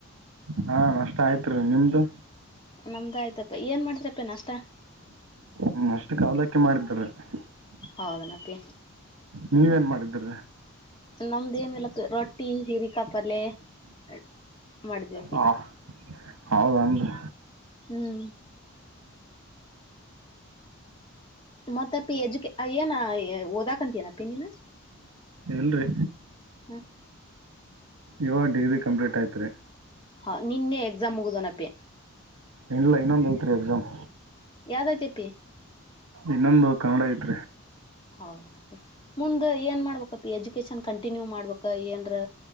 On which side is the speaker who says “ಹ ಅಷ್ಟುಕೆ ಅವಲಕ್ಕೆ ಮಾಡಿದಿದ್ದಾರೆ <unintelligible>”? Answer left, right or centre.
Right